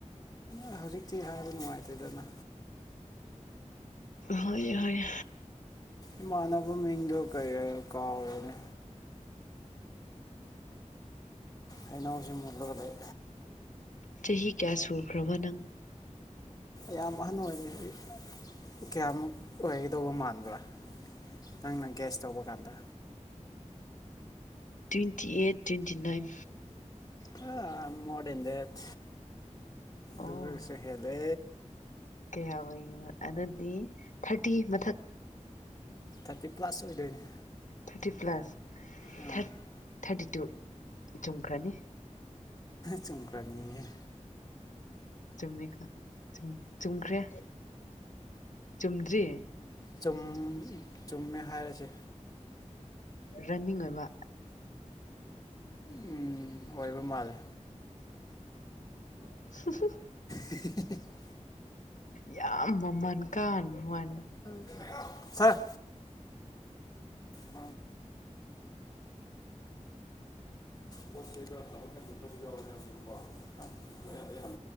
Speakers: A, on the left; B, on the left.
A: ꯅ ꯍꯧꯖꯤꯛꯇꯤ ꯍꯥꯏꯕ ꯅꯨꯡꯉꯥꯏꯇ‌ꯦꯗꯅ
B: ꯍꯣꯏ ꯍꯣꯏ
A: ꯏꯃꯥꯟꯅꯕ ꯃꯤꯡꯗꯣ ꯀꯩꯑ ꯀꯥꯎꯔꯦꯅꯦ ꯍꯩꯅꯧꯁꯦ ꯃꯨꯜꯂꯒ ꯂꯩ
B: ꯆꯍꯤ ꯀꯌꯥ ꯁꯨꯈ꯭ꯔꯕ ꯅꯪ
A: ꯌꯥꯝ ꯑꯍꯟ ꯑꯣꯏꯔꯦ ꯑꯩ ꯀꯌꯥꯃꯨꯛ ꯑꯣꯏꯒꯗꯧꯕ ꯃꯥꯟꯕ꯭ꯔꯥ ꯅꯪꯅ ꯒꯦꯁ ꯇꯧꯕ ꯀꯥꯟꯗ
B: ꯇ꯭ꯋꯦꯟꯇꯤ ꯑꯩꯠ ꯇ꯭ꯋꯦꯟꯇꯤ ꯅꯥꯏꯟ
A: ꯍ ꯃꯣꯔ ꯗꯦꯟ ꯗꯦꯠ
B: ꯑꯣ
A: ꯗꯨꯗꯒꯤꯁꯨ ꯍꯦꯜꯂꯦ
B: ꯀꯌꯥ ꯑꯣꯏꯕ ꯑꯗꯨꯗꯤ ꯊꯥꯔꯇꯤ ꯃꯊꯛ
A: ꯊꯥꯔꯇꯤ ꯄ꯭ꯂꯥꯁ ꯑꯣꯏꯗꯣꯏꯅꯦ
B: ꯊꯥꯔꯇꯤ ꯄ꯭ꯂꯁ
A: ꯑꯥ
B: ꯊꯥꯔ ꯊꯥꯔꯇꯤ ꯇꯨ ꯆꯨꯝꯈ꯭ꯔꯅꯤ
A: ꯆꯨꯝꯈ꯭ꯔꯅꯤꯌ‌ꯦ
B: ꯆꯨꯝꯃꯤꯀꯣ ꯆꯨꯝ ꯆꯨꯝꯈ꯭ꯔꯦ ꯆꯨꯝꯗ꯭ꯔꯤ
A: ꯆꯨꯝ ꯆꯨꯝꯃꯦ ꯍꯥꯏꯔꯁꯦ
B: ꯔꯟꯅꯤꯡ ꯑꯣꯏꯕ
A: ꯎꯝ ꯑꯣꯏꯕ ꯃꯥꯜꯂꯦ
B: <unintelligible>
A: ꯍꯤ ꯍꯤ <unintelligible>
B: ꯌꯥꯝ ꯃꯃꯟ ꯀꯥꯍꯟꯕ ꯋꯥꯅ‌ꯦ
A: <unintelligible> ꯁꯔ <unintelligible> ꯄꯣꯠ ꯆꯩ ꯈꯔ ꯊꯥꯡꯗ‌ꯣꯛ ꯊꯥꯡꯖꯤꯟ <unintelligible> ꯈꯔꯁꯨ ꯌꯥꯎꯋ‌ꯦ ꯍꯥꯏꯕꯅꯦꯕꯀꯣ ꯑꯩ ꯍꯥꯟ